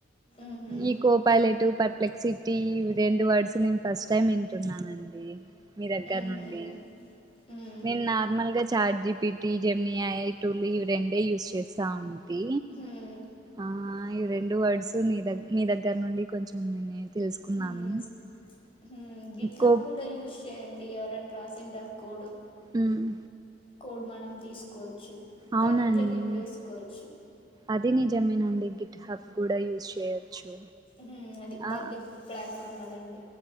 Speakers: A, on the left; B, on the right.
A: మ్హూ.
B: ఈ కో పలెట్ పర్ప్లెక్ సిటీ ఇ రె రెండు వర్డ్స్ నేను ఫస్ట్ టైం వింటున్నానండి మీ దగ్గర
A: మ్హూ.
B: నుండి
A: మ్మ్.
B: నేను నార్మల్ గా chat GPT Gemini A I tool ఇవి రెండే యూస్ చేస్తాంటి
A: మ్మ్.
B: ఆ ఇవి రెండు వర్డ్స్ న దగ మీ దగ్గర నుండి కొంచెం నేనే తెలుసుకున్నాను
A: మ్మ్. మ్మ్. గిట్ హబ్
B: కో
A: కూడా యూస్ చేయండి ఎవరైనా రాసింటారు కోడు
B: ఉమ్
A: కోడ్ మనం తీసుకోవచ్చు
B: అవునండి
A: దాన్ని ఇంప్లిమెంట్ చేసుకోవచ్చు
B: అది నిజమేనండి గిట్ హబ్ కూడా యూస్ చేయొచ్చు
A: హ్మ్,
B: ఆ
A: పబ్లిక్ ప్లాట్ఫా పన్నదండి